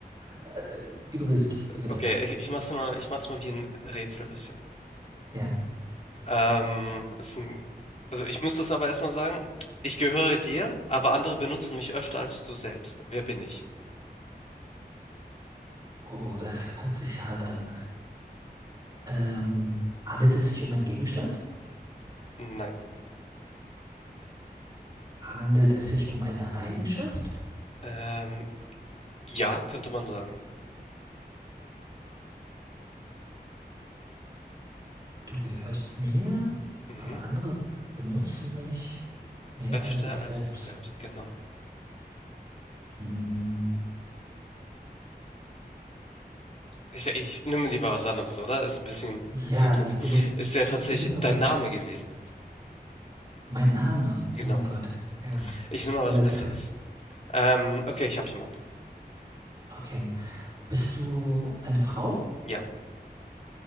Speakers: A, on the right; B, on the left.
A: äh, wie du willst, wie du willst.
B: Okay, ich, ich mach's mal, ich mach's mal wie ein Rätsel bisschen.
A: Ja.
B: Ähm, ist ein, also ich muss das aber erstmal sagen. Ich gehöre dir, aber andere benutzen mich öfter als du selbst. Wer bin ich?
A: Oh, das hört sich hart an. Ähm, handelt es sich um einen Gegenstand?
B: Nein.
A: Handelt es sich um eine Eigenschaft?
B: Ähm, ja, könnte man sagen.
A: Du gehörst mir,
B: Mhm.
A: aber andere benutzen mich mehr
B: Öfter
A: als ich selbst.
B: als du selbst, genau.
A: Hm,
B: Ich, ich nehme lieber was anderes, oder? Ist ein bisschen
A: ja,
B: zu knifflig.
A: das bin ich
B: Es wäre tatsächlich
A: ein bisschen verwirrt.
B: dein Name gewesen.
A: Mein Name,
B: Genau.
A: oh mein Gott. Ja,
B: Ich nehme
A: tut
B: mal was
A: mir leid.
B: Besseres. Ähm, okay, ich habe jemanden.
A: Okay. Bist du eine Frau?
B: Ja,